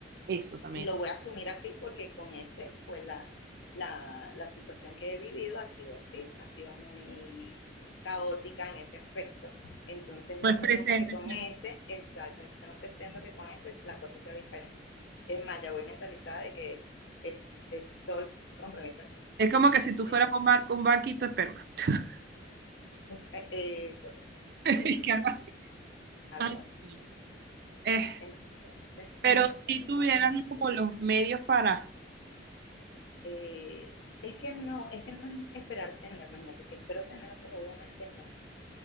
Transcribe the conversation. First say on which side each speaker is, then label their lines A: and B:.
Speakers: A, on the right; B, on the left.
A: Eso también
B: y lo
A: es.
B: voy a asumir así porque con este, pues la, la, la situación que he vivido ha sido así, ha sido muy caótica en ese aspecto. Entonces
A: No
B: no
A: es
B: pretendo
A: presente.
B: que con este, exacto, yo no pretendo que con este la cosa sea diferente. Es más, ya voy mentalizada de que es, es todo el compromiso es mío.
A: Es como que si tú
B: Es
A: fueras con bar con banquito de esperma. <laughs>
B: eh, eh, correcto, algo
A: Y
B: así,
A: que algo así.
B: algo
A: Ay,
B: así.
A: sí. Eh,
B: Entonces, coño,
A: pero si
B: son
A: tuvieran
B: cosas así.
A: como los medios para,
B: Eh, es que no, es que no es esperar tener, imagínate, si espero tenerlos, obviamente no